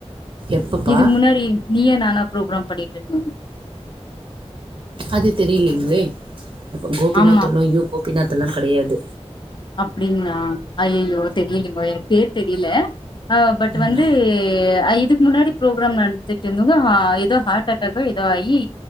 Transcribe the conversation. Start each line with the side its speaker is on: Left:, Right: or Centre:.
Right: எப்பப்பா
Left: இதுக் முன்னாடி நீயா நானா ப்ரோகிராம் பண்ணிட்ருந்தோம்
Right: அது தெரிலிங்ளே இப்ப கோபிநாத்தொல்லா
Left: ஆமா
Right: ஐயோ கோபிநாத்தெல்லா கடையாது
Left: அப்டிங்லா ஐயையோ தெரிலிங்கோ எனக் பேர் தெரிலே ஆவ் பட் வந்து
Right: ம்
Left: அ இது முன்னாடி ப்ரோக்ராம் நன்த்துட்டு இந்தவங்க அ இதோ ஹாட் அட்டாக்கு இதோ ஆயி